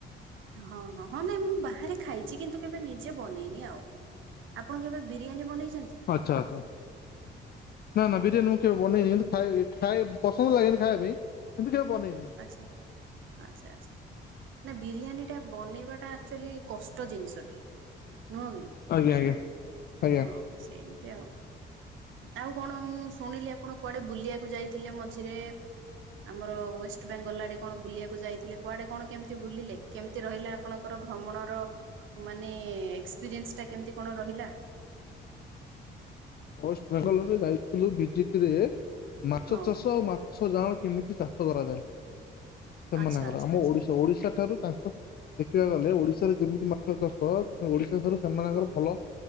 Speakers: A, on the right (about 75°); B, on the left (about 50°).
A: ହଁ ହ ହଁ ନାଇଁ ମୁଁ ବାହାରେ ଖାଇଛି କିନ୍ତୁ କେବେ ନିଜେ ବନେଇନି ଆଉ। ଆପଣ କେବେ ବିରିୟାନୀ ବନେଇଛନ୍ତି?
B: ଆଚ୍ଛା ଆଚ୍ଛା। ନା ନା ବିରିୟାନୀ ମୁଁ କେବେ ବନେଇନି ଖାଇ ଖାଇ ପସନ୍ଦ ଲାଗେନି ଖାଇବା ପାଇଁ। କିନ୍ତୁ କେବେ ବନେଇନି।
A: ଆଚ୍ଛା ଆଚ୍ଛା ଆଚ୍ଛା ନା ବିରିୟାନୀଟା ବନେଇବା ଟା ଆକ୍ଚୁଆଲି କଷ୍ଟ ଜିନିଷଟି ନୁହଁ କି।
B: ଆଜ୍ଞା ଆଜ୍ଞା ଆଜ୍ଞା।
A: ହଁ ସେମିତି ଆଉ। ଆଉ କଣ ମୁଁ ଶୁଣିଲି ଆପଣ କୁଆଡେ ବୁଲିବାକୁ ଯାଇଥିଲେ ମଝିରେ <unintelligible> ବେଙ୍ଗଲ ଆଡେ କଣ ବୁଲିବାକୁ ଯାଇଥିଲେ କୁଆଡେ କଣ କେମିତି ବୁଲିଲେ କେମିତି ରହିଲା ଆପଣଙ୍କ ଭ୍ରମଣର ମାନେ ଏକ୍ସପିରିନ୍ସ ଟା କେମିତି କଣ ରହିଲା।
B: ୱେଷ୍ଟ ବେଙ୍ଗଲ ରେ ଯାଇଥିଲୁ ଭିଜିଟି ରେ ମାଛ
A: ହଁ
B: ଚାଷ ଆଉ ମାଛ ମାଛ ଜାଅଳ କେମିତି ଚାଷ କରାଯାଏ
A: ଆଚ୍ଛା
B: ମନେକର
A: ଆଚ୍ଛା
B: ଆମ
A: ଆଚ୍ଛା
B: ଓଡିଶା ଓଡିଶା ଠାରୁ ତାଙ୍କ ଦେଖିବାକୁ ଗଲେ ଓଡିଶାରେ ଯେମିତି ମାଛ ଚାଷ ଓଡିଶାଠାରୁ ସେମାନଙ୍କର
A: ହଁ
B: ଭଲ